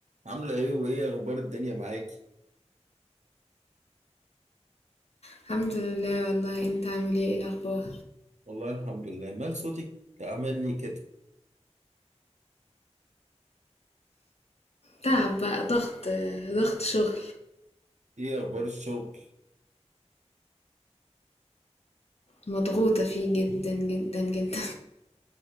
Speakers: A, on the right; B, on the left.
A: عاملة ايه وايه اخبار الدنيا معاكي؟
B: الحمد لله والله انت عامل ايه ايه الاخبار
A: والله الحمد لله، مال صوتك عمل لي كده،
B: تعب بقى ضغط ضغط شغل
A: ايه اخبار الشغل؟
B: مضغوطة فيه جدا جدا جدا